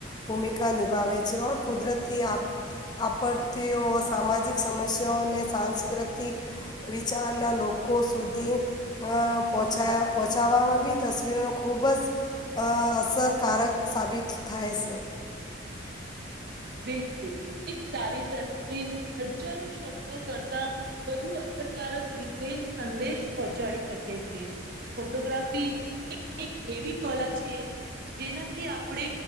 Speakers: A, on the left (about 20°); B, on the right (about 55°).
A: ભૂમિકા નિભાવે છે, ઓર કુદરતી આફ આપત્તિઓ સામાજિક સમસ્યાઓને, સાંસ્કૃતિક, વિચારના લોકો સુધી, અ પહોંચા પહોંચાવામાં બી તસવીરોને ખૂબ જ, આ અસરકારક સાબિત થાય છે.
B: બિલકુલ એક સારી તસવીર હજારો શબ્દો કરતા, વધુ અસરકારક રીતે સંદેશ પહોંચાડી શકે છે. ફોટોગ્રાફી એ એક એવી કલા છે, જેનાથી આપણે